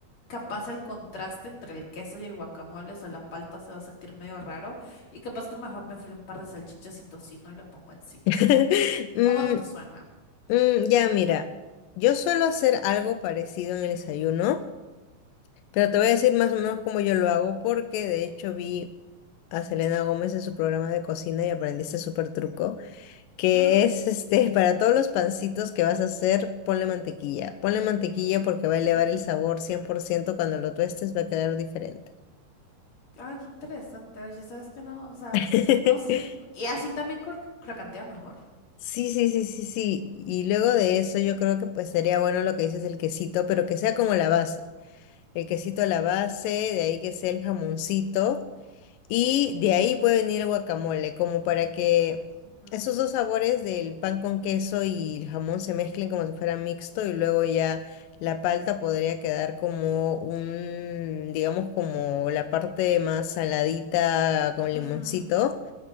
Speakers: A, on the left (about 45°); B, on the left (about 80°).
A: capaz el contraste entre el queso y el guacamole, o sea, la palta se va a sentir medio raro y capaz que mejor me frío un par de salchichas y tocino y lo pongo encima.
B: <laughs> Mm,
A: ¿Cómo te suena?
B: mm, ya, mira, yo suelo hacer algo parecido en el desayuno, pero te voy a decir más o menos cómo yo lo hago, porque de hecho vi a Selena Gómez en su programa de cocina y aprendí este súper truco, que
A: Ah,
B: es este, <laughs> para todos los pancitos que vas a hacer, ponle mantequilla. Ponle mantequilla porque va a elevar
A: ujú.
B: el sabor 100% cuando lo tuestes, va a quedar diferente.
A: Ah, qué interesante. Oye, sabes que no, o sea,
B: <laughs>
A: no, sí. Y así también cor- crocantea mejor.
B: Sí, sí, sí, sí, sí. Y luego de eso yo creo que pues sería bueno lo que dices, el quesito, pero que sea como la base. El quesito a la base, de ahí que sea el jamoncito y de ahí puede venir el guacamole, como para que
A: Ujú,
B: esos dos sabores del pan con queso y el jamón se mezclen como si fuera mixto y luego ya la palta podría quedar como un, digamos, como la parte más saladita con limoncito.
A: ujú,